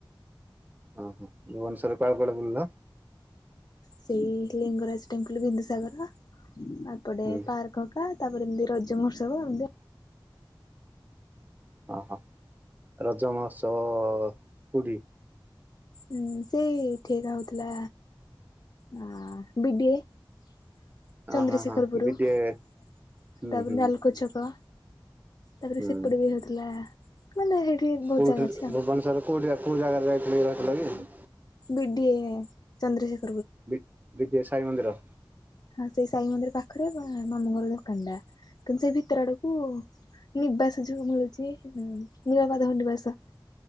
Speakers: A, on the right; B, on the left.
A: ଓ ହୋ ଭୁବନ ସ୍ୱର କଳ କ ବୁଲିଲ।
B: ସେଇ ଲିଙ୍ଗରାଜ ଟେମ୍ପଲ ବିନ୍ଦୁସାଗର ତାପ
A: ହୁଁ
B: ପାର୍କ ହେରିକା ତାପରେ ଏମତି ରଜ ମହୋତ୍ସବ ଏମତି
A: ଓ ହୋ ରଜ ମହୋତ୍ସବ କୋଉଠି?
B: ହଁ ସେଇ ଠିକ ହଉଥିଲା ଅ ବିଡିଏ ଚନ୍ଦନ୍ଦ୍ରଶେଖର
A: ହଁ ହଁ ହଁ
B: ପୁର
A: ବିଡିଏ
B: ତାପରେ
A: ହୁଁ ହୁଁ
B: ନାଲକୋ ଛକ ତାପରେ
A: ହୁଁ।
B: ସେପଟେ ବି ହଉଥିଲା ମାନେ ସେଇଠି ବହୁତ
A: କୋଉଠି
B: ଜାଗା ଅଛି ଆଉ
A: ଭୁବନେଶ୍ଵରରେ କୋଉଠି କୋଉଁ ଜାଗା କୋଉଁ ଜାଗା? <unintelligible> ରହିଥିଲ କି?
B: ବିଡିଏ ଚନ୍ଦ୍ରଶେଖର
A: ବି ବିଡିଏ ସାଇ ମନ୍ଦିର।
B: ହଁ ସେଇ ସାଇ ମନ୍ଦିର ପାଖରେ ମାମୁଁ ଘର ଦୋକାନ ଟା କିନ୍ତୁ ସେ ଭିତ ଭିତର ଆଡ଼କୁ ନିବାସ ଯୋଗୁ ମିଳୁଛି ନୀଳମାଧବ ନିବାସ